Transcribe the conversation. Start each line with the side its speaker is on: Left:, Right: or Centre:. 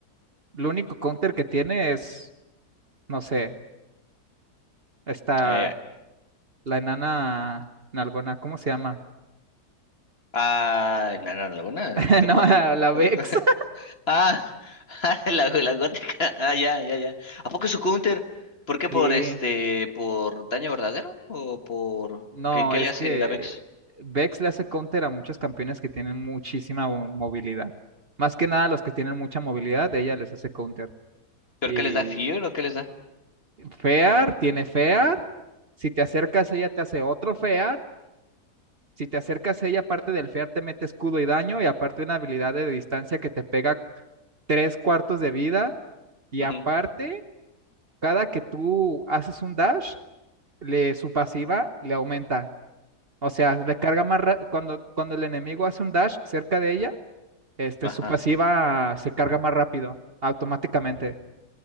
Right: lo único counter que tiene es, no sé, esta.
Left: Eh,
Right: La enana nalgona, ¿cómo se llama?
Left: ah, no, no, no, alguna,
Right: <laughs>
Left: este
Right: No,
Left: Poppy.
Right: la
Left: <laughs>
Right: Vex. <laughs>
Left: Ah, <laughs> Ah, La, la gótica. Ah, ya, ya, ya. ¿A poco su counter? ¿Por qué? ¿Por
Right: Sí.
Left: este, por daño verdadero? ¿O por
Right: No,
Left: qué, qué
Right: es
Left: le hace
Right: que
Left: la Vex?
Right: Vex le hace counter a muchos campeones que tienen muchísima mo- movilidad. Más que nada los que tienen mucha movilidad, ella les hace counter.
Left: ¿Pero
Right: Y
Left: qué les da Fear o qué les da?
Right: Fear tiene Fear. Si te acercas, ella te hace otro Fear. Si te acercas, ella aparte del Fear te mete escudo y daño y aparte una habilidad de distancia que te pega tres cuartos de vida. Y
Left: Ujú.
Right: aparte, cada que tú haces un dash, le, su pasiva le aumenta. O sea, le carga más ra- cuando, cuando el enemigo hace un dash cerca de ella, este,
Left: Ajá.
Right: su pasiva se carga más rápido, automáticamente.